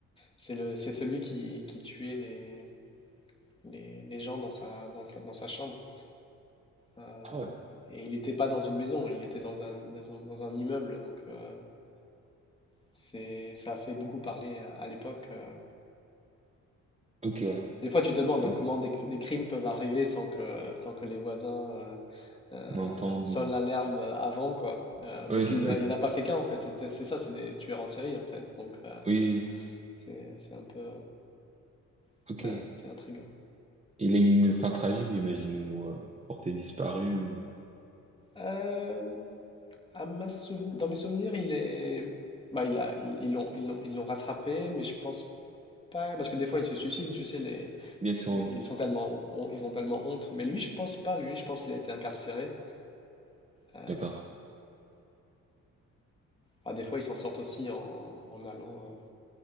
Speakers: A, on the left; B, on the right.
A: C'est le c'est celui qui, qui tuait les les, les gens dans sa, dans sa, dans sa chambre. Euh,
B: Ah ouais.
A: et il n'était pas dans une maison, il était dans un, dans un, dans un immeuble. Donc euh, c'est, ça a fait beaucoup parler à, à l'époque. euh.
B: Ok, ouais.
A: Des fois, tu te demandes
B: Ok.
A: hein, comment des, des crimes peuvent arriver sans que, sans que les voisins euh, euh,
B: N'entends
A: sonnent
B: de-
A: l'alarme avant, quoi. Euh, parce
B: Oui,
A: qu'il n'y
B: ok.
A: en a pas fait qu'un, en fait. C'est, c'est ça, c'est des tueurs en série, en fait. Donc euh,
B: Oui,
A: c'est, c'est un peu... C'est,
B: ok.
A: c'est intriguant.
B: Il a eu une fin tragique, j'imagine, ou euh, porté disparu, ou...
A: Euh, À ma souven- Dans mes souvenirs, il est. Bah, il a... ils ils l'ont ils l'ont- ils l'ont rattrapé, mais je pense pas. Parce que des fois, ils se suicident, tu sais, les...
B: Bien sûr,
A: les-
B: oui.
A: ils sont tellement... hon- ils ont tellement honte. Mais lui, je pense pas. Lui, je pense qu'il a été incarcéré. Euh,
B: D'accord.
A: bah, des fois, ils s'en sortent aussi en, en allant euh,